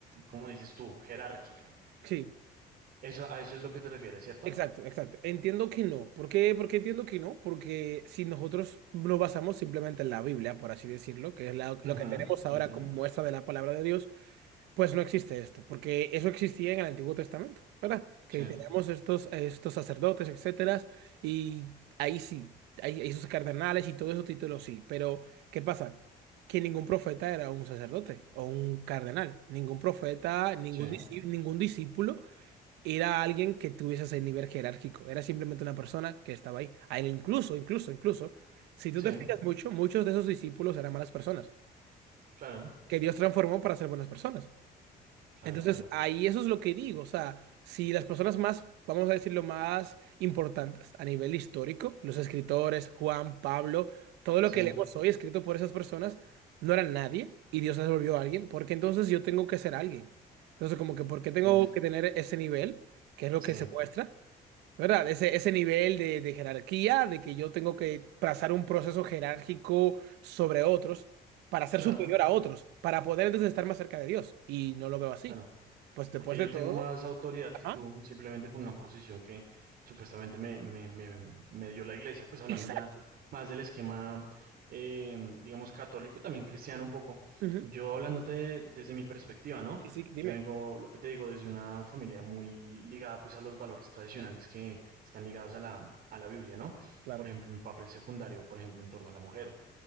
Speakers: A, on the right (about 65°); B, on the right (about 90°).
A: como dices tú, jerárquica?
B: Sí.
A: Eso, a eso es lo que te refieres, ¿cierto?
B: Exacto, exacto. Entiendo que no. ¿Por qué? Porque entiendo que no. Porque si nosotros nos basamos simplemente en la Biblia, por así decirlo, que es la-
A: Ujú,
B: lo que tenemos ahora
A: ¿entiendo?
B: como muestra de la palabra de Dios, pues no existe esto. Porque eso existía en el Antiguo Testamento, ¿verdad? Que
A: Sí,
B: teníamos estos, estos sacerdotes, etcétera. Y ahí sí, hay hay sus cardenales y todo esos títulos sí. Pero, ¿qué pasa? Que ningún profeta era un sacerdote o un cardenal. Ningún profeta, ningún,
A: sí,
B: disci- ningún discípulo era alguien que tuviese ese nivel jerárquico, era simplemente una persona que estaba ahí. A incluso, incluso, incluso, si tú
A: sí,
B: te fijas mucho, muchos de esos discípulos eran malas personas,
A: claro,
B: que Dios transformó para ser buenas personas.
A: claro,
B: Entonces,
A: claro,
B: ahí eso es lo que digo, o sea, si las personas más, vamos a decirlo, más importantes a nivel histórico, los escritores, Juan, Pablo, todo lo
A: sí,
B: que leemos hoy escrito por esas personas, no eran nadie y Dios les volvió a alguien, porque entonces yo tengo que ser alguien. Entonces, como que, ¿por qué tengo
A: uf,
B: que tener ese nivel? que es lo
A: sí,
B: que se muestra, ¿Verdad? Ese, ese nivel de, de jerarquía, de que yo tengo que trazar un proceso jerárquico sobre otros para ser
A: claro,
B: superior a otros, para poder entonces estar más cerca de Dios. Y no lo veo así.
A: claro.
B: Pues
A: porque
B: después
A: yo
B: de todo.
A: tengo más autoridad que
B: Ajá.
A: tú, simplemente por una posición que supuestamente me, me, me, me dio la iglesia, pues hablando
B: Exacto.
A: ya más del esquema, eh, digamos, católico y también cristiano un poco.
B: Ujú.
A: Yo hablándote de- desde mi perspectiva, ¿no?
B: Sí, sí, dime.
A: Yo vengo, lo que te digo, desde una familia muy ligada pues a los valores tradicionales que están ligados a la, a la Biblia, ¿no?
B: Claro,
A: Por ejemplo, un papel secundario, por ejemplo, en torno a la mujer,